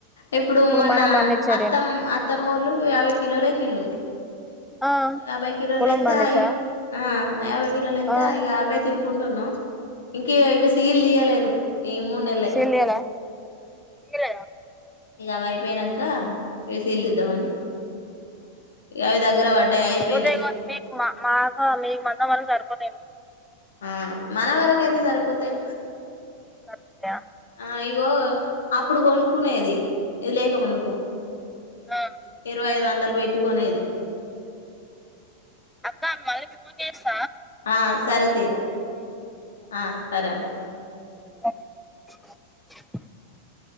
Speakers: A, on the left (about 65°); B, in the centre.
A: ఇప్పుడు మొన్న
B: మనం పండించేటిను
A: అత్తమ్ అత్తమ్మళు యాభై కిలోలేకిల్లు
B: ఆ
A: యాభై కిలోలుస్తా
B: పొలం పండించా
A: ఆ యాభై కిలోలు ఎస్తా
B: ఆ
A: ఇక యాభై తి పుడున్నా ఇంక ఇవి సీలు తీయలేదు ఈ మూడు నెలలయి
B: శిల్ అలా శలలా
A: ఇక అవ అయిపోయినాక ఇసీలుిద్దామ అని ఇ అవి దగ్గర పడ్డాయి అయిపోయినాయి్
B: సరిపోతాయి కావచ్చు మీకు మా మాకు మీ మందా మళ్ళ సరిపోనతాయ్
A: ఆ మన వరక అయితే సరిపోతాయ్
B: సరిపోతాయా
A: అయో అప్పుడు కొనుక్కునేది ఇది లేక వందికు
B: ఆ
A: ఇరవై అయిదు వంద మొందలు బయట కొనేది
B: అక్క మళ్ళీ ఫోన్ చేస్త
A: ఆ సరే తీరా ఆ సరే ఉండు
B: అ